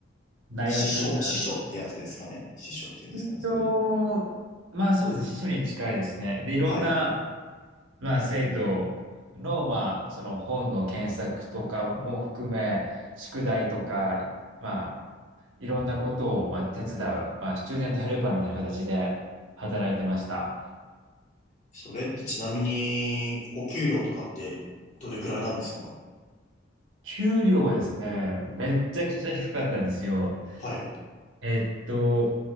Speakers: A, on the right (about 85°); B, on the left (about 40°).
A: 大学、
B: なんか師匠、師匠ってやつですかね師匠っていうんですかねそういうの。
A: 身長、まあそうですね、司書に近いですね。で、いろんな、
B: はい。
A: まあ、生徒の、まあ、その本の検索とかも含め、宿題とか、まあ、いろんなことを、まあ、手伝う、まあ、スチューデントヘルパーみたいな形で働いてました。
B: それってちなみに、お給料とかってどれくらいなんですか
A: 給料はですね、めっちゃくちゃ低かったんですよ。
B: はい。
A: えっと、